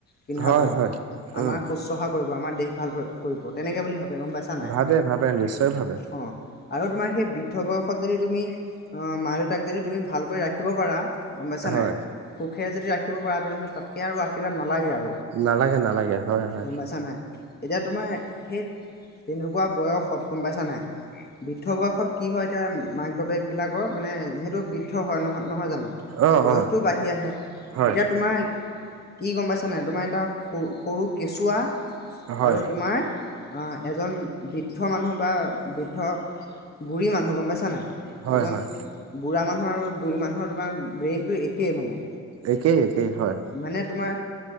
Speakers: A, on the left; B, on the right.
A: পিন্ধাব
B: হয় হয়
A: আমাৰ
B: উম
A: শুশ্ৰূষা কৰিব আমাৰ দেহ ভাল কৰিব তেনেকে বুলি ভাবে। গম পাইছা নাই
B: ভাবে- ভাবে নিশ্চয় ভাবে।
A: অ আৰু তোমাৰ সেই বৃদ্ধ বয়সত যদি তুমি অ' মা -দেউতাক যদি তুমি ভালকৈ ৰাখিব পাৰা গম পাইছা
B: হয়
A: নাই সুখেৰে যদি ৰাখিব পৰা তেনেহ'লে তাতকৈ আৰু আশীৰ্বাদ নালাগে আৰু
B: নালাগে- নালাগে, হয় - হয়।
A: গম পাইছা নাই এতিয়া তোমাৰ সেই তেনেকুৱা বয়সত গম পাইছা নাই বৃদ্ধ বয়সত কি হয় এতিয়া মাক বাপেক বিলাকৰ মানে যিহেতু বৃদ্ধ হয় নহয় নহয় জানো
B: অ
A: বয়সটো
B: অ
A: বাঢ়ি আহে,
B: হয়
A: এতিয়া তোমাৰ কি গম পাইছা নাই তোমাৰ এটা সৰু কেঁচুৱা
B: হয়
A: আৰু তোমাৰ এজন বৃদ্ধ মানুহ বা বৃদ্ধ বুঢ়ী মানুহ গম পাইছা নাই
B: হয়
A: এজন
B: হয়
A: বুঢ়া মানুহ আৰু বুঢ়ী মানুহৰ তোমাৰ ব্ৰেইনটো একেই মানে।
B: একেই একেই হয়
A: মানে তোমাৰ